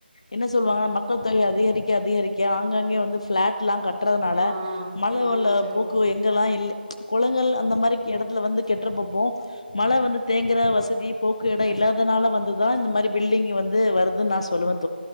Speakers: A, on the left; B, on the right.
A: என்ன சொல்வாங்க மக்கள் தொக அதிகரிக்க அதிகரிக்க ஆங்காங்கே வந்து ஃப்ளாட்லா கட் ட்றதுனால
B: ஆ
A: மண்
B: ஆமா
A: உள்ள
B: தோழி.
A: போக்கு எங்கல்லா இல் கொளங்கள் அந்த மாரிக் எடத்துல வந்து கெட்றபப்போ மழ வந்து தேங்குற வசதி போக்கு எடோ இல்லாதனால வந்துதா இந்த மாரி பில்டிங் வந்து வருதுன் நா சொல்லுவன்